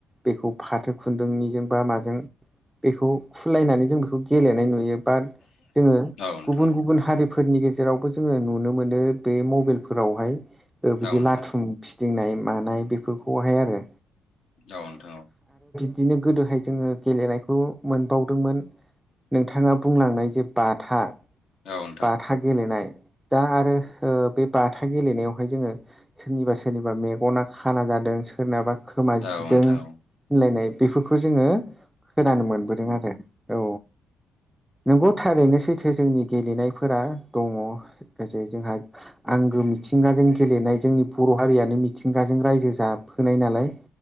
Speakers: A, in the centre; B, on the left.
A: बेखौ फाथो खुन्दुंनिजों बा माजों बेखौ खुलायनानै जों बेखौ गेलेनाय नुयो बा जोङो
B: औ नोंथां
A: गुबुन गुबुन हारि फोरनि गेजेरावबो जोङो नुनो मोनो बे मबेल फोरावहाय ओ बिदि
B: औ नोंथां
A: लाथुम फि दिंनाय मानाय बेफोरखौहाय आरो।
B: औ नोंथां औ।
A: दिनो गोदोहाय जोङो गेलेनायखौ मोनबावदोंमोन नोंथाङा बुंलांनाय जे बाथा
B: औ औ नोंथां
A: बाथा गेलेनाय। दा आरो ओ बे बाथा गेलेनायावहाय जोङो सोरनिबा सोरनिबा मेगना खाना जा दों सोरनाबा खोमा जिदों
B: औ नोंथां
A: होनलायनाय
B: औ
A: बेफोरखौ जोङो खोनानो मोनबोदों आरो। औ नोंगौ थारैनो सैथो जोंनि गेलेनायफोरा दङ ज जोंहा आंगो मिथिंगा जों गेलेनाय जोंनि बर' हारियानो मिथिंगाजों रायजो जफोनाय नालाय।